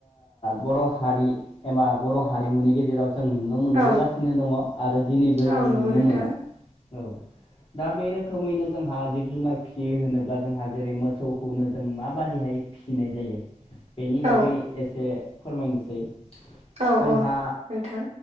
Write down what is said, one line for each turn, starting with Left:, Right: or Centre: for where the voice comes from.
Left: बर' हारि एबा बर' हारिमुनि गेजेराव जों नुनो नुनो मोनबोगासिनो
Right: औ
Left: दङ आरो दिनैबो
Right: औ
Left: जों नुनो
Right: नंगौ नोंथां
Left: मोनो औ दा बे रोखोमैनो जोंहा जिब जुनार फिसियो होनोब्ला जोंहा जेरै मोसौखौनो जों माबादिहाय फिनाय जायो बेनि बागै
Right: औ
Left: एसे फोरमायनोसै
Right: औ
Left: जोंहा
Right: औ नोंथां